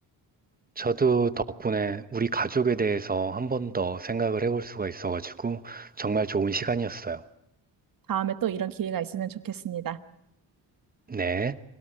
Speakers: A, on the right; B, on the right.
A: 저도 덕분에 우리 가족에 대해서 한 번 더 생각을 해볼 수가 있어가지고 정말 좋은 시간이었어요.
B: 다음에 또 이런 기회가 있으면 좋겠습니다.
A: 네.